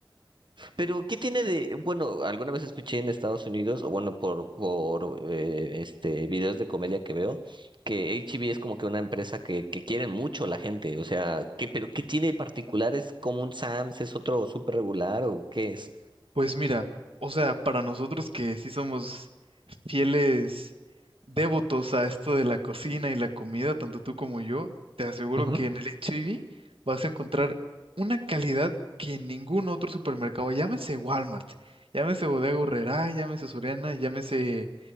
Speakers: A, on the right; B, on the right.
A: Pero, ¿qué tiene de...? Bueno, alguna vez escuché en Estados Unidos, o bueno, por, por eh, este, videos de comedia que veo, que H. E B. es como que una empresa que, que quieren mucho la gente. O sea, ¿qué, pero qué tiene de particular? ¿Es como un Sam's? ¿Es otro súper regular o qué es?
B: Pues mira, o sea, para nosotros que sí somos fieles devotos a esto de la cocina y la comida, tanto tú como yo, te aseguro
A: Ujú.
B: que en el H-E-B vas a encontrar una calidad que en ningún otro supermercado, llámese Walmart, llámese Bodega Aurrerá, llámese Soriana, llámese,